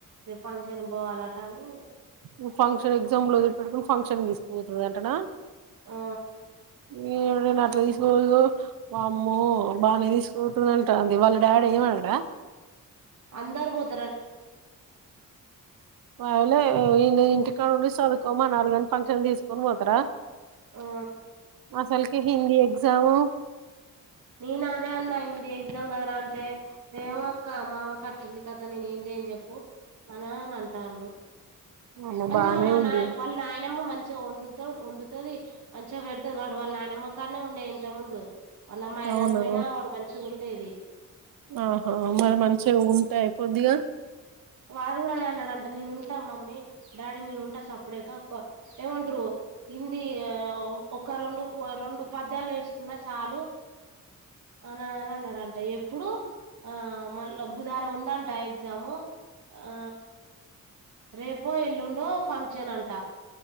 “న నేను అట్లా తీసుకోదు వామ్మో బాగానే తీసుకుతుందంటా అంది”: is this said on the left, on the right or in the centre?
Right